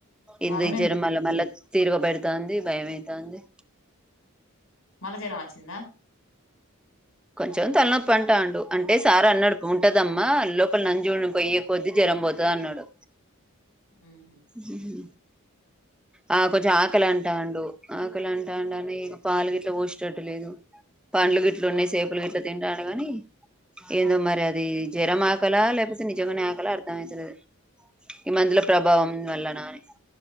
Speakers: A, on the left; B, in the centre.
A: వరుణ్
B: ఏందో
A: ఎందుకు
B: జరిమల మళ్ళ తిరగబెడతాంది భయమైతాంది
A: మళ్ళ జరం వచ్చిందా
B: కొంచెం తలనొప్పి అంటాండు. అంటే సార్ అన్నాడు ఉంటదమ్మా లోపల నంజోల్లు పోయ్యే కొద్ది జర రం పోతది అన్నాడు
A: <inaudible> ఉహు
B: ఉహు ఆ కొంచెం ఆకలి అంటాండు. ఆకలి అంటాండు అని పాలుగీట్లా పోసేటట్టులేదు. పండ్లు గిట్లు ఉన్నాయి సేపులు గిట్లా తింటాండు గాని ఏందో మరి అది జ్వరం ఆకలా లేకపోతే నిజంగానే ఆకలా అర్థంమయితలేదు ఈ మందుల ప్రభావం వల్ల నా అని